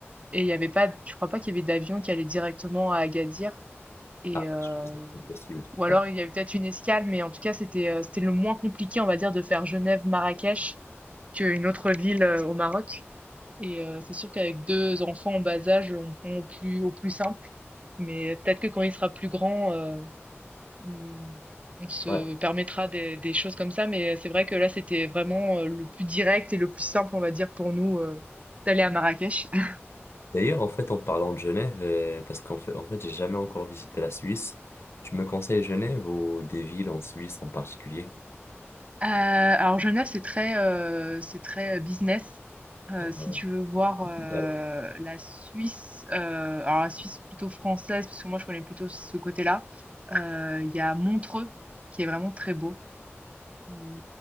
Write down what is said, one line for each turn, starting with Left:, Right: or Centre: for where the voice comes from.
Right: et il y avait pas, je crois pas qu'il y avait d'avion qui allait directement à Agadir, et
Left: Ah
Right: euh,
Left: ouais, je pense que c'est possible.
Right: ou alors
Left: Ah,
Right: il y avait peut-être une escale, mais en tout cas, c'était euh, c'était le moins compliqué, on va dire, de faire Genève-Marrakech qu'une autre ville euh, au Maroc. Et euh, c'est sûr qu'avec deux enfants en bas âge, on prend au plus, au plus simple. Mais peut-être que quand il sera plus grand, euh, on, on se
Left: Ouais.
Right: permettra des, des choses comme ça. Mais c'est vrai que là, c'était vraiment euh, le plus direct et le plus simple, on va dire, pour nous, euh, d'aller à Marrakech. <laughs>
Left: D'ailleurs, en fait, en parlant de Genève, euh, parce qu'en fait, en fait, j'ai jamais encore visité la Suisse. Tu me conseilles Genève ou des villes en Suisse en particulier?
Right: Euh, alors Genève, c'est très, euh, c'est très business. Euh,
Left: Ah
Right: si
Left: ouais.
Right: tu veux voir euh,
Left: Bah,
Right: la Suisse, euh, alors la Suisse plutôt française, parce que moi, je connais plutôt ce côté-là. Euh, Il y a Montreux, qui est vraiment très beau. Euh,